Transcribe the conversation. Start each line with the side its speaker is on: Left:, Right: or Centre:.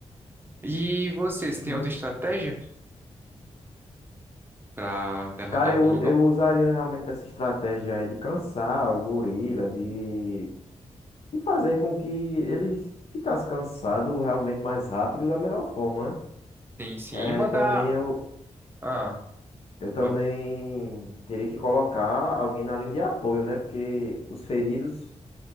Right: E vocês
Left: Sim.
Right: tem outra estratégia pra derrotar
Left: Cara,
Right: o
Left: eu,
Right: gorilão?
Left: eu usaria realmente essa estratégia aí de cansar o gorila, de, de fazer com que ele ficasse cansado realmente mais rápido da melhor forma, né?
Right: Tem sim,
Left: É,
Right: e mandar,
Left: também eu,
Right: ah,
Left: eu também
Right: pode-
Left: teria que colocar alguém na linha de apoio, né? Porque os feridos